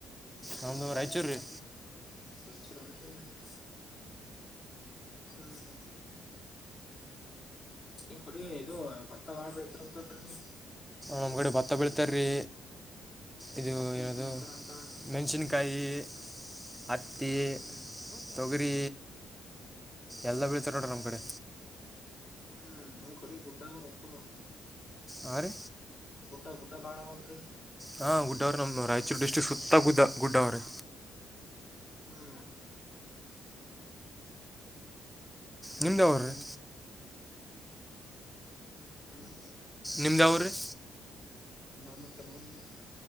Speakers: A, on the left; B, in the centre.
A: <unintelligible>
B: ನಮ್ಮದು ರಾಯಚೂರು ರೀ
A: ಹ್ಮ್ ಹ್ಮ್. <inaudible> ನಿ ಕೊಡಿ ಇದ ಭತ್ತ ಬಾಳ್ ಬೆಳತರಂತಲ್ರರಿ ನಿವ
B: ನಮ್ಮಗಡೆ ಬತ್ತ ಬೆಳಿತಾರಿ. ಇದು
A: ಹತ್ತಿ
B: ಏನದು
A: ಬೆಳಿತಾರಂತ
B: ಮೆಣಸಿನ್ಕಾಯಿ. ಹತ್ತಿ
A: ಹ್ಮ್
B: ತೊಗ್ರಿ
A: ಹ್ಮ್
B: ಎಲ್ಲ
A: ಹ್ಮ್
B: ಬೆಳಿತಾರ ನೋಡ್ರ ನಮ್ಮ್ ಕಡೆ
A: ಹ್ಮ್ ಒಂದ್ ಕಡೆ ಗುಡ್ಡ ಆವಾ ಬಕ್ಕಳ
B: ಅವ ರೀ
A: ಗುಡ್ಡ ಗುಡ್ಡ ಬಾಳ ಆವಾ ಅಲ್ರಿ.
B: ಹಾ ಗುಡರು ನಮ್ ರಾಯಚೂರ ಡಿಸ್ಟ್ರಿಕ್ ಸುತ್ತ ಗುದ್ದ ಗುಡ್ಡಾವರ
A: ಹ್ನು.
B: ನಿಮ್ದು
A: ಹ್ಮ್
B: ಯಾವ್ರಿ ರೀ
A: ಹ್ಮ. ಹ್ನು.
B: ನಿಮ್ದು ಯಾವ್ರಿ ರೀ
A: ನಮ್ಮ ಕೆಲವೊಯ್ಯಿ